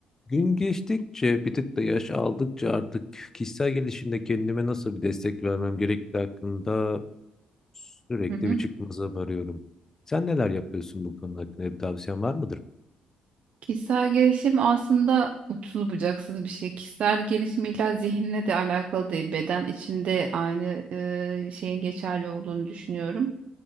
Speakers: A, on the left; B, on the right.
A: Gün geçtikçe bir tık da yaş aldıkça artık kişisel gelişimde kendime nasıl bir destek vermem gerektiği hakkında sürekli
B: Hı hı.
A: bir çıkmaza varıyorum. Sen neler yapıyorsun bu konu hakkında bir tavsiyen var mıdır?
B: Kişisel gelişim aslında uçsuz bucaksız bir şey. Kişisel gelişim illa zihinle de alakalı değil. Beden içinde aynı e, şeyin geçerli olduğunu düşünüyorum.